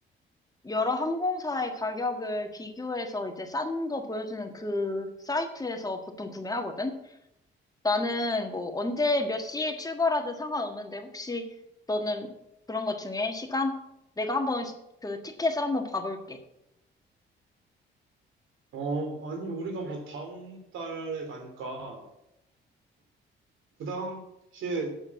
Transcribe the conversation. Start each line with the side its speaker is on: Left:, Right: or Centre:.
Left: 여러 항공사의 가격을 비교해서 이제 싼 거 보여주는 그 사이트에서 보통 구매하거든? 나는 뭐 언제 몇 시에 출발하든 상관없는데 혹시 너는 그런 것 중에 시간? 내가 한번 시- 그 티켓을 한번 봐볼게.
Right: 어, 아니, 우리가 뭐 다음 달에 가니까, 그 당시에